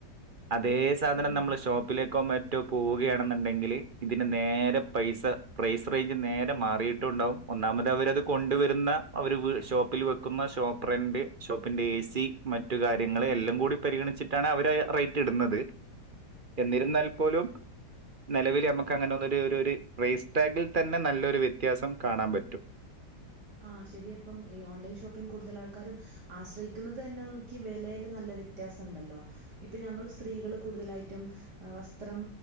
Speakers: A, on the right (about 35°); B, on the right (about 70°).
A: അതെ
B: ശരിയാണ്
A: നമ്മള് ഷോപ്പിലേക്കോ മ റ്റോ പോവുകയാണെന്നുണ്ടെങ്കിൽ ഇതിന് നേരെ പൈസ പ്രൈസ് റേഞ്ച് നേരെ മാറിയിട്ടും ഉണ്ടാവും ഒന്നാമത് അവരത് കൊണ്ടുവരുന്ന അവര് ഷോപ്പിൽ വെക്കുന്ന ഷോപ്പ് റെൻ്റ് ഷോപ്പിന്റെ എ സി മറ്റു കാര്യങ്ങൾ എല്ലാം കൂടി പരിഗണിച്ചിട്ടാണ് അവരാ റേറ്റ് ഇടുന്നത് എന്നിരുന്നാൽ പോലും നിലവിൽ നമുക്ക് അങ്ങനെ ഒന്നൊരു ഒരു ഒരു പ്രൈസ്സ് ടാഗിൽ തന്നെ നല്ലൊരു വ്യത്യാസം കാണാൻ പ റ്റും
B: ആഹ് ശരിയാ ഇപ്പം ഈ ഓൺലൈൻഷോപ്പിംഗ് കൂടുതൽ ആൾക്കാരും ആശ്രയിക്കുന്നത് തന്നെ നമുക്ക് വെലേൽ നല്ല വ്യത്യാസം ഉണ്ടല്ലോ ഇപ്പം ഞങ്ങള് സ്ത്രീകള് കൂടുതലായിട്ടും വസ്ത്രം